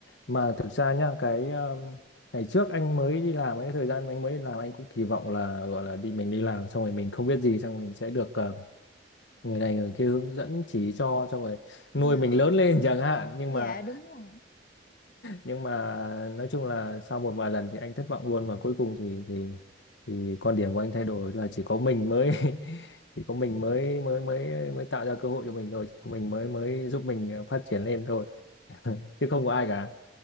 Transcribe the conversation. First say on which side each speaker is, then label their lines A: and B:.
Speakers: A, on the left (about 80°); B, on the left (about 50°).
A: mà thực ra nhá, cái um, ngày trước anh mới đi làm cái thời gian anh mới đi làm anh cũng kỳ vọng là gọi là đi mình đi làm xong rồi mình không biết gì xong rồi mình sẽ được ờ, người này người kia hướng dẫn chỉ cho xong rồi nuôi
B: dạ
A: mình lớn lên <laughs> chẳng hạn nhưng
B: dạ
A: mà
B: đúng rồi
A: nhưng mà nói chung là sau một vài lần thì anh thất vọng luôn và cuối cùng thì thì thì quan điểm của anh thay đổi là chỉ có mình mới <laughs> chỉ có mình mới mới mới mới tạo ra cơ hội cho mình thôi chỉ có mình mới mới giúp mình ờ, phát triển lên thôi <laughs> chứ không có ai cả